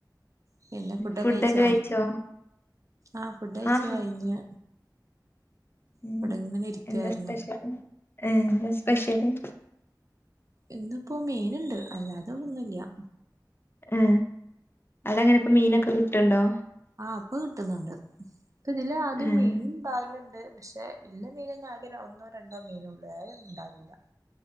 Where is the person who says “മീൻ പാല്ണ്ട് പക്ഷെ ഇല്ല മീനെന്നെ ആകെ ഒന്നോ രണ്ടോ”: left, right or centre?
Right